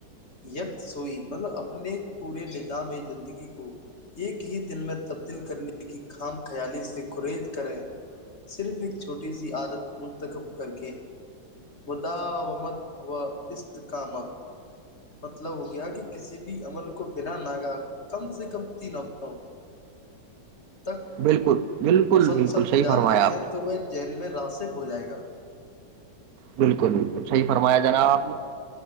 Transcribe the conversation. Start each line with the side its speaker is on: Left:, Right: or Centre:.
Left: یک سوئی مطلب اپنے پورے نظام زندگی کو ایک ہی دل میں تبدیل کرنے کی خام خیالی سے کرییز کریں صرف ایک چھوٹی سی عادت منتخب کر کے مدامت و استکامت مطلب ہو گیا کہ کسی بھی عمل کو بنا نگاہ کم سے کم تین ہفتوں تک
Right: بالکل بالکل
Left: مسلسل
Right: بالکل صحیح <inaudible>
Left: جاری رکھیں
Right: نے
Left: تو وہ جیین میں راسک ہو ج جائے گا <unintelligible>
Right: بالکل بالکل صحیح فرمایا جناب آپ نے